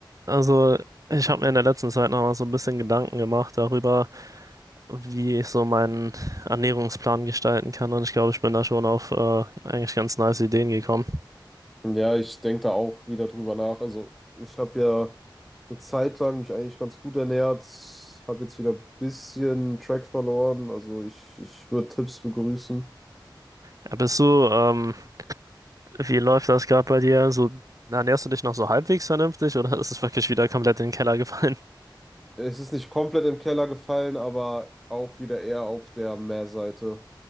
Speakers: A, on the right (about 45°); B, in the centre.
A: Also, ich habe mir in der letzten Zeit noch mal so ein bisschen Gedanken gemacht darüber, wie ich so meinen Ernährungsplan gestalten kann. Und ich glaube, ich bin da schon auf äh, eigentlich ganz nice Ideen gekommen.
B: Ja, ich denke da auch wieder drüber nach. Also, ich habe ja eine Zeit lang mich eigentlich ganz gut ernährt, habe jetzt wieder ein bisschen Track verloren. Also, ich, ich würde Tipps begrüßen.
A: Äh, Bist du, ähm, wie läuft das gerade bei dir? So, ernährst du dich noch so halbwegs vernünftig oder <laughs> ist es wirklich wieder komplett in den Keller gefallen? <laughs>
B: Es ist nicht komplett im Keller gefallen, aber auch wieder eher auf der Mehrseite.